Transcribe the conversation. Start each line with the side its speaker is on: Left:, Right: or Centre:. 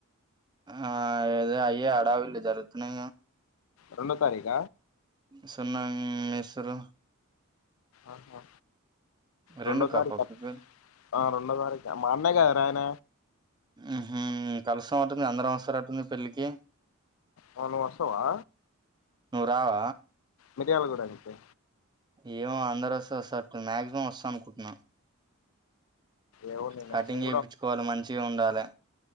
Right: ఆ ఏద అయ్యే ఆడావలి జరుగుతున్నా
Left: రెండో తారీఖ
Right: సన్నా మసరు
Left: ఆఓహ రెండో
Right: రెండు కప్ప
Left: తారీఖు
Right: ప్రిపేర్
Left: ఆ రెండో తారీఖు మా అన్నయ కద ఆయన
Right: ఉహూ కలిసం అంటుంది అందరం వస్తారు అంటుంది పెళ్ళికి
Left: అవును నువ్వొస్తావా
Right: నువ్వు రావా
Left: మిరియాల కూడాగితే
Right: ఏమో అందరు వస్తే మాక్సిమం వస్తా అనుకుంటున్నాను
Left: ఏమో నేనా
Right: కటింగ్
Left: నేను
Right: చేపించుకోవాలి మంచిగా ఉండాలి